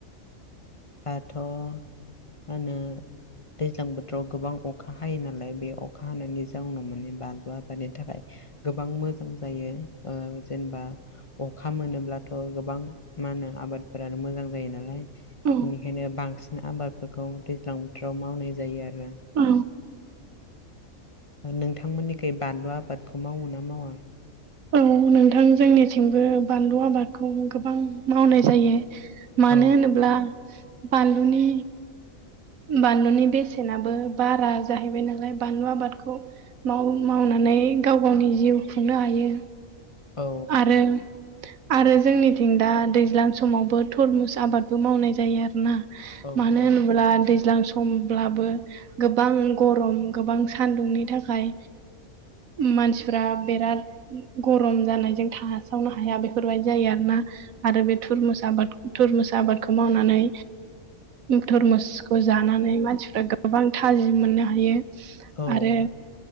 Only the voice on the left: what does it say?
दाथ' मा होनो दैज्लां बोथोराव गोबां अखा हायो नालाय बे अखा हानायनि जोंनाव मे बानलु आबादनि थाखाय गोबां मोजां जायो ओ जेनेबा अखा मोनोब्लाथ' गोबां मा होनो आबादफोरानो मोजां जायो नालाय
बेनिखायनो बांसिन आबादफोरखौ दैज्लां बोथोराव मावनाय जायो आरो
नोंथांमोननिखै बानलु आबादखौ मावो ना मावा
औ
औ
औ
औ
औ